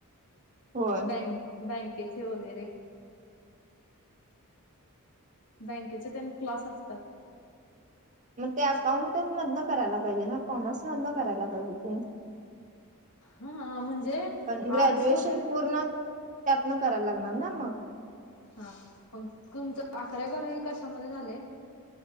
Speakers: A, on the right; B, on the left.
A: होय.
B: <unintelligible> बँकेचे वगैरे. बँकेचे तेन क्लास असतात.
A: <inaudible> मग ते अकाउंटंट मधनं करायला पाहिजे ना, कॉमर्स मधनं करायला पाहिजे ते.
B: हा म्हणजे
A: पण ग्रॅज्युएशन
B: आर्ट्स वगैरे
A: पूर्ण त्यांतनं कराय लागणार ना मग.
B: हां मग तुमचं अकरावी बारावी कशामध्ये झालंय?